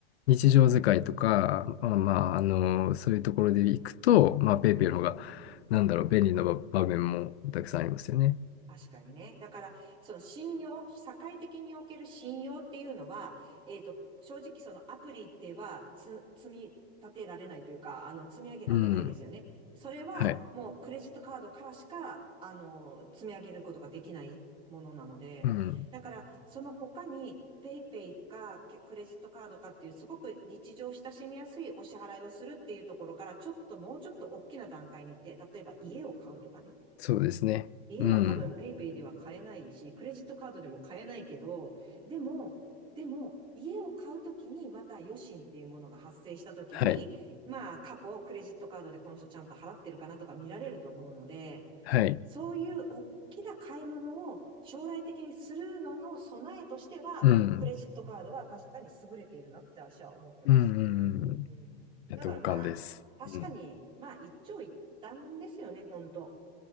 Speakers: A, on the left; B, on the right.
A: 日常使いとか、まあ、まあ、あの、そういうところで行くと、まあ、ペイペイの方が、
B: うん
A: なんだろう、便利な場場面もたくさんありますよね。
B: 確かにね。だから、その信用、社会的における信用っていうのは、えっと、正直そのアプリではつ、積み立てられないというか、あの、積み上げられないですよね。
A: うん。
B: それはもうクレジットカードからしか、
A: はい。
B: あの、積み上げることができないものなので、
A: うん。
B: だから、その他に、ペイペイかけクレジットカードかっていう、すごく日常親しみやすいお支払いをするっていうところから、ちょっともうちょっと大きな段階に行って、例えば家を買うとかね。
A: そうですね。
B: 家は多分ペイペイでは買えないし、
A: うん。
B: クレジットカードでも買えないけど、でも、でも、家を買うときにまた余震っていうものが発生したときに、
A: はい。
B: まあ過去クレジットカードでこの人ちゃんと払ってるかなとか見られると思うので、
A: はい。
B: そういう大きな買い物を将来的にするのの備えとしては、
A: うん。
B: クレジットカードは確かに優れているなって私は思ってます。
A: うん。うんうんうん
B: うん。
A: いや同感です。
B: だからまあ、確かに、
A: うん。
B: まあ一長一短ですよね、本当。